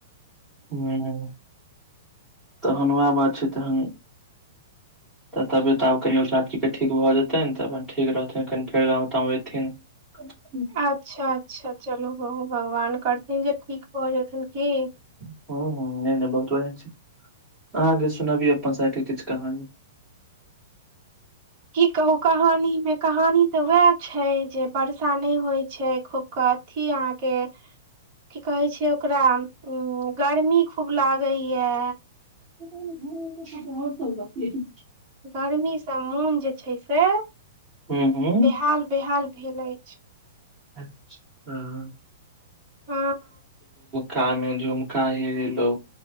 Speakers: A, in the centre; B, on the right.
A: वएह नइ तहन ओह बात छै तहन
B: <inaudible>
A: तऽ तबियत आब कनि साक्षी के ठीक भऽ जेतनि तऽ अपन ठीक रहथिन कनि फेर गाँव ताम अयथिन <inaudible>
B: अच्छा अच्छा चलू बहु भगवान करथिन जे ठीक भऽ जेथिन की
A: ह ह नइ नइ बहुत बढ़िआं छै अहाँके सुनबीऔ अपन साइड के किछु कहानी
B: की कहू कहानी मे कहानी ते वएह छै जे वर्षा नइ होय छै खूब क थी अहाँके की कहै छै ओकरा गर्मी खूब लागेया
A: ओर सब <unintelligible>
B: गर्मी से मोन जे छै से
A: हूँ हूँ
B: बेहाल बेहाल भेल अय
A: <unintelligible>
B: हँ
A: कान मे झुमका हेरोलौ